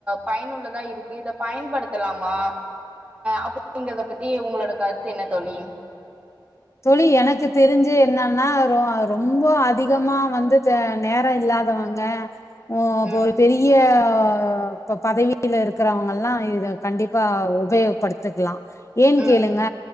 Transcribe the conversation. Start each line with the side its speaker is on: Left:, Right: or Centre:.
Right: பயனுள்ளதா இருக்கு இத பயன்படுத்தலாமா அப்படிங்குறத பத்தி உங்களோட கருத்து என்ன தோழி
Left: தோழி எனக்கு தெரிஞ்சு என்னனா ரோ ரொம்போ அதிகமா வந்து வந்துட்டு நேர இல்லாதவங்க ஓ அப்ப
Right: ம்
Left: ஒரு பெரிய இப்போ பதவியில இருக்குறவங்கலாம் இத கண்டிப்பா உபயோகப் படுத்திக்கலா ஏன்
Right: ம்
Left: கேளுங்க